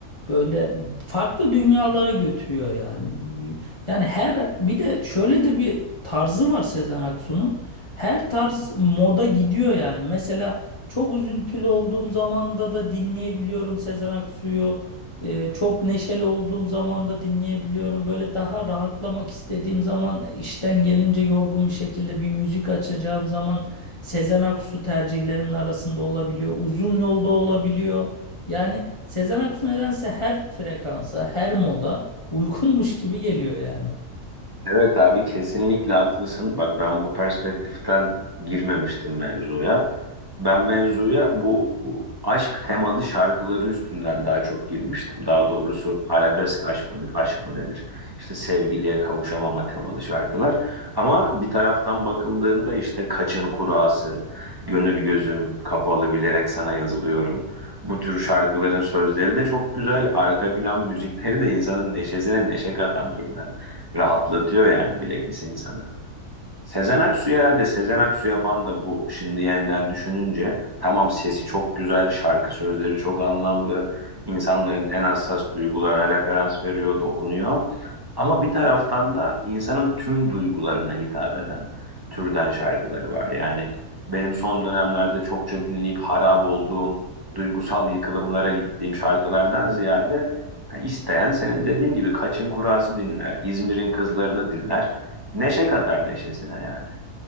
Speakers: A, on the left; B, on the right.
A: böyle farklı dünyalara götürüyor yani. Yani her bir de şöyle de bir tarzı var Sezen Aksu'nun. Her tarz moda gidiyor yani. Mesela çok üzüntülü olduğum zamanda da dinleyebiliyorum Sezen Aksu'yu. Ee, çok neşeli olduğum zaman da dinleyebiliyorum. Böyle daha rahatlamak istediğim zaman işten gelince yorgun bir şekilde bir müzik açacağım zaman Sezen Aksu tercihlerimin arasında olabiliyor. Uzun yolda olabiliyor. Yani Sezen Aksu nedense her frekansa, her moda uygunmuş gibi geliyor yani.
B: Evet abi kesinlikle haklısın. Bak ben bu perspektiften girmemiştim mevzuya. Ben mevzuya bu, bu aşk temalı şarkıları üstünden daha çok girmiştim. Daha doğrusu arabesk aşk mı, aşk mı denir? İşte sevgiliye kavuşamama temalı şarkılar. Ama bir taraftan bakıldığında işte Kaçın Kurası, Gönül Gözüm Kapalı Bilerek Sana Yazılıyorum. Bu tür şarkıların sözleri de çok güzel. Arka plan müzikleri de insanın neşesine neşe katan türden rahatlatıyor yani bilekis insanı. Sezen Aksu herhalde Sezen Aksu yapan da bu. Şimdi yeniden düşününce tamam sesi çok güzel, şarkı sözleri çok anlamlı, insanların en hassas duygularına referans veriyor, dokunuyor. Ama bir taraftan da insanın tüm duygularına hitap eden türden şarkıları var. Yani benim son dönemlerde çokça dinleyip harap olduğum, duygusal yıkılımlara gittiğim şarkılardan ziyade ha, isteyen senin dediğin gibi Kaçın Kurası dinler, İzmir'in Kızlarını dinler. Neşe kadar neşesine yani.